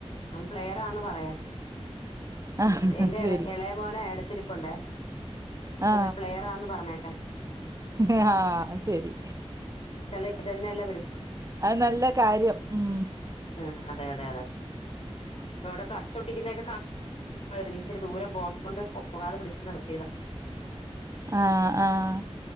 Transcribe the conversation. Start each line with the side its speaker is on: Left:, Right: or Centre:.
Left: ആൻ പ്ലെയറാന്ന് പറയാഎൻ്റെ
Right: ആ ശരി
Left: എള മോന എടുത്തിരിപ്പുണ്ട്
Right: ആ
Left: ഇ പ്ലെയറാന്ന് പറഞ്ഞേക്കെ
Right: ആഹ് ശരി.
Left: ആള തന്നെ <unintelligible>
Right: അത് നല്ല കാര്യം ഉം
Left: ആ അതെ അതെ അതെ ഇപ്പ ഇവിടെ തൊട്ടിക്കുന്നതൊക്കെന്നെ ഇച്ചിരി ദൂരം പോകണ കൊണ്ട് പോകാതെ പിടിച്ചച്ച് നിർത്തിയതാണ്.
Right: ആഹ ആഹ്